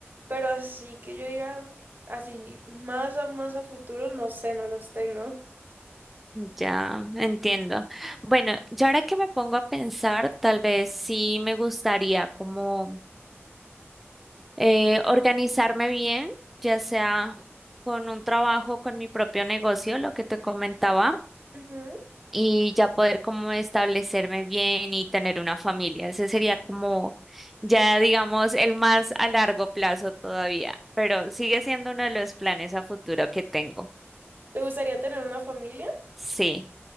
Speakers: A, on the right; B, in the centre.
A: pero así que yo diga, así más a más a futuro, no sé, no los tengo.
B: Ya, entiendo. Bueno, ya ahora que me pongo a pensar, tal vez sí me gustaría como eh, organizarme bien, ya sea con un trabajo, con mi propio negocio, lo que te comentaba,
A: Ujú.
B: y ya poder como establecerme bien y tener una familia. Ese sería como ya, digamos, el más a largo plazo todavía, pero sigue siendo uno de los planes a futuro que tengo.
A: ¿Te gustaría tener una familia?
B: Sí.